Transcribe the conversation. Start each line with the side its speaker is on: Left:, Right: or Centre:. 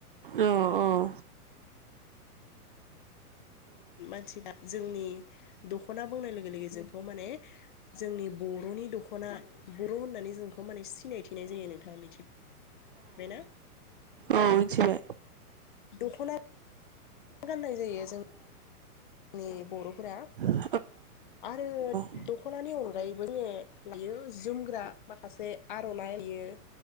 Right: औ औ
Left: मानसि <unintelligible> जोंनि दख'ना बुंनाय लोगो लोगो जोंखौ माने जोंनि बर'नि दख'ना बर' होननानै जोंखौ माने सिनायथिनाय जायो नोंथां मिथि बेना
Right: औ मिथिबाय।
Left: दख'ना गाननाय जायो जों जोंनि बर'फोरा
Right: मिथिबाय औ
Left: आरो
Right: औ
Left: दख'नानि अनगायैबो जोङो बेयो जोमग्रा माखासे आर'नाइ नुयो